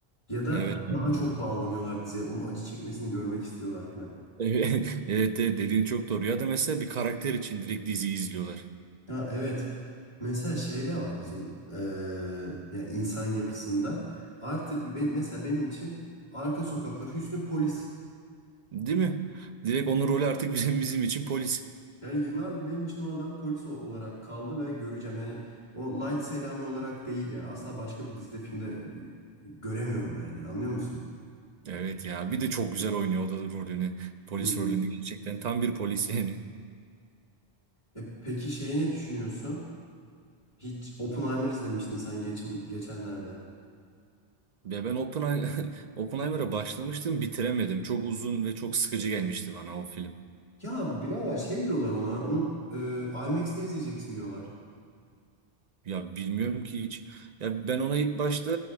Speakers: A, on the left (about 30°); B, on the right (about 50°).
A: Ya da
B: Evet. yani
A: daha çok
B: bu.
A: bağlanıyorlar
B: <laughs>
A: diziye. Onun acı çekmesini görmek istiyorlar filan.
B: Evet evet, dediğin çok doğru. Ya da mesela bir karakter için direkt diziyi izliyorlar.
A: Ya evet. Mesela şey de var bizim eee yani insan yapısında. Artık be- mesela benim için Arka Sokaklar Hüsnü Polis.
B: Değil mi? Direkt onun rolü artık <laughs> bizim, bizim için polis.
A: Yani yıllardır benim için o adam polis o- olarak kaldı ve göreceğim. Yani o Light Selami olarak değil ya. Asla başka bir dizide filmde e, göremiyorum yani. Anlıyor musun?
B: Evet ya bir de çok güzel oynuyor o da rolünü. Polis
A: Hı hı.
B: rolünü gerçekten tam bir polis yani.
A: E peki şeye ne düşünüyorsun? Hiç Oppenheimer izlemiştin sen geçin, geçenlerde.
B: Ya ben Oppen <laughs> Oppenheimer'a başlamıştım bitiremedim. Çok uzun ve çok sıkıcı gelmişti bana o film.
A: Ya birader şey diyorlar ona. Onu e, IMAX'te izleyeceksin diyorlar.
B: Ya bilmiyorum ki hiç. Ya ben ona ilk başta